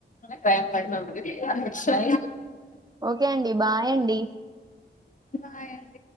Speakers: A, on the left; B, on the right.
A: ప్రయ పడి సర
B: ఓకే అండి బాయ్ అండి
A: బా